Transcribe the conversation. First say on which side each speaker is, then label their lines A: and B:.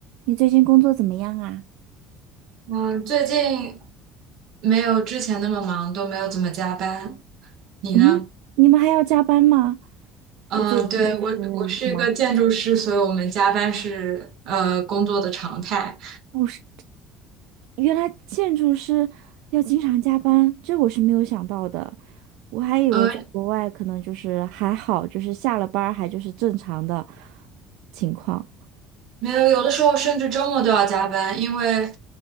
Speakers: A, on the right; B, on the right.
A: 你最近工作怎么样啊？
B: 嗯，最近没有之前那么忙，都没有怎么加班。你呢？
A: 嗯，你们还要加班吗？
B: 嗯，
A: 我最近就是什么？
B: 对，我我是一个建筑师，所以我们加班是呃工作的常态。
A: 哦，是，原来建筑师要经常加班，这我是没有想到的。我还以为在国外可能就是还好，
B: 呃，
A: 就是下了班儿还就是正常的情况。
B: 没有，有的时候甚至周末都要加班，因为